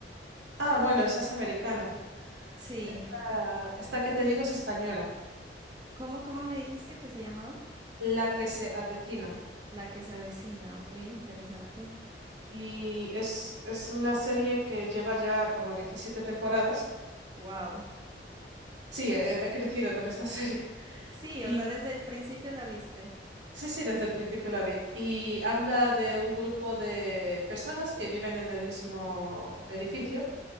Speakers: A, on the right (about 85°); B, on the right (about 25°).
A: Ah, bueno, esa es americana.
B: Sí,
A: Esta, esta que te digo es española,
B: ¿cómo, cómo me dijiste que se llamaba?
A: La que se avecina.
B: La que se avecina, ok, interesante.
A: Y es, es una serie que lleva ya como 17 temporadas.
B: Wow.
A: Sí, he, he crecido con esta <laughs> serie.
B: Sí,
A: Y
B: o sea, desde el principio la viste.
A: sí, sí, desde el principio la vi. Y habla de un grupo de personas que viven en el mismo edificio